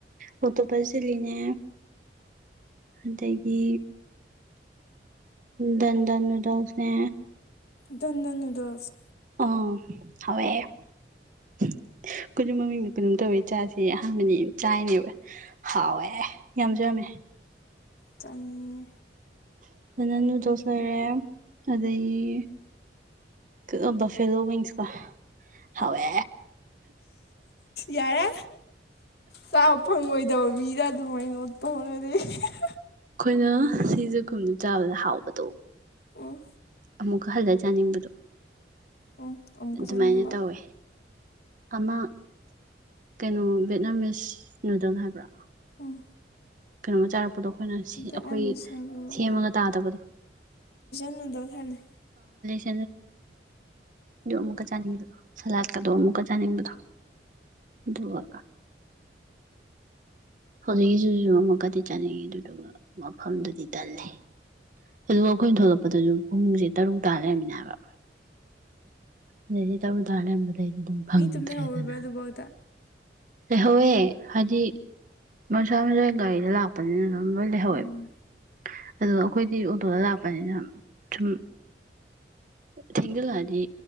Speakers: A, on the right; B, on the left.
A: ꯑꯣꯛꯇꯣꯄꯁ ꯆꯤꯂꯤꯅꯦ ꯑꯗꯒꯤ ꯗꯟꯗꯟ ꯅꯨꯗ꯭ꯜꯁꯅꯦ
B: ꯗꯟꯗꯟ ꯅꯨꯗ꯭ꯜꯁ
A: ꯑꯪ ꯍꯥꯎꯋꯦ ꯑꯩꯈꯣꯏꯖꯨ ꯃꯃꯤꯡꯗꯨ ꯀꯩꯅꯣꯝ ꯇꯧꯋꯦ ꯆꯥꯖꯦꯌꯦ ꯑꯍꯥꯟꯕꯅꯦ ꯆꯥꯏꯅꯦꯕ ꯍꯥꯎꯋꯦ ꯌꯥꯝꯖꯨ ꯌꯥꯝꯃꯦ꯫
B: ꯆꯥꯅꯤꯡꯉꯦ꯫
A: <unintelligible> ꯅꯨꯗ꯭ꯜꯁ ꯂꯩꯔꯦ ꯑꯗꯒꯤ ꯀꯧꯅ‌ꯣ ꯕꯐꯦꯂꯣ ꯋꯤꯡ꯭ꯁꯀ ꯍꯥꯎꯋꯦ
B: ꯌꯥꯔꯦ ꯆꯥꯕ ꯐꯪꯉꯣꯏꯗꯕ ꯃꯤꯗ ꯑꯗꯨꯃꯥꯏꯅ ꯎꯠꯄꯥ ꯍꯧꯅꯗꯦ <unintelligible>
A: ꯑꯩꯈꯣꯏꯅ ꯁꯤꯖꯦ <unintelligible> ꯆꯥꯕꯗ ꯍꯥꯎꯕꯗꯣ꯫
B: ꯎꯝ
A: ꯑꯃꯨꯛꯀ ꯍꯜꯂ ꯆꯥꯅꯤꯡꯕꯗꯣ
B: ꯎꯝ ꯑꯃꯨꯛꯀ
A: ꯑꯗꯨꯃꯥꯏꯅ
B: ꯆꯥꯅꯤꯡꯉꯕ
A: ꯇꯧꯋꯦ꯫ ꯑꯃ ꯀꯩꯅꯣ ꯕꯦꯠꯅꯥꯃꯤꯁ ꯅꯨꯗꯜ ꯍꯥꯏꯕ꯭ꯔꯥ꯫
B: ꯎꯝ
A: ꯀꯩꯅꯣꯃ ꯆꯥꯔꯛꯄꯗꯣ ꯑꯩꯈꯣꯏꯅ ꯑꯩꯈꯣꯏ
B: ꯚꯦꯠꯅꯥꯝ ꯃꯤꯁꯥꯔꯣ
A: ꯁꯦꯝꯃꯒ ꯇꯥꯗꯕꯗꯣ꯫
B: ꯅꯨꯗ꯭ꯜꯁ ꯍꯥꯏꯝꯅꯤ꯫
A: <unintelligible> ꯑꯗꯨ ꯑꯃꯨꯛꯀ ꯆꯥꯅꯤꯡꯕ꯫ ꯁꯂꯥꯠꯀꯗꯣ ꯑꯃꯨꯛꯀ ꯆꯥꯅꯤꯡꯕꯗꯣ ꯑꯗꯨꯒ ꯍꯧꯖꯤꯛꯀꯤꯖꯤꯁꯨ ꯑꯃꯨꯛꯀꯗꯤ ꯆꯥꯅꯤꯡꯉꯤ ꯑꯗꯨꯗꯨꯒ ꯃꯐꯝꯗꯨꯗꯤ ꯇꯜꯂꯦ꯫ ꯑꯗꯨꯒ ꯑꯩꯈꯣꯏꯅ ꯊꯣꯛꯂꯛꯄꯗꯖꯨ ꯄꯨꯡꯖꯦ ꯇꯔꯨꯛ ꯇꯥ ꯂꯩꯔꯝꯃꯤꯅꯦ ꯍꯥꯏꯕ꯫ ꯑꯗꯩꯗꯤ ꯇꯧꯔꯨ ꯇꯥꯔ ꯂꯩꯔꯝꯕꯗꯩꯗꯤ ꯑꯗꯨꯝ ꯐꯪꯗ꯭ꯔꯦꯗꯅ꯫
B: ꯃꯤ ꯂꯩꯍꯧꯔꯤꯕ ꯑꯗꯨꯐꯥꯎꯗ
A: ꯂꯩꯍꯧꯋꯦ ꯍꯥꯏꯗꯤ ꯃꯁꯥ ꯃꯁꯥꯏ ꯒꯥꯔꯤꯗ ꯂꯥꯛꯄꯅꯤꯅ ꯑꯗꯨꯝ ꯂꯣꯏ ꯂꯩꯍꯧꯋꯦꯕꯥ
B: ꯎꯝ
A: ꯑꯗꯣ ꯑꯩꯈꯣꯏꯗꯤ ꯑꯣꯇꯣꯗ ꯂꯥꯛꯄꯅꯤꯅ ꯁꯨꯝ ꯊꯦꯡꯖꯤꯜꯂꯛꯑꯗꯤ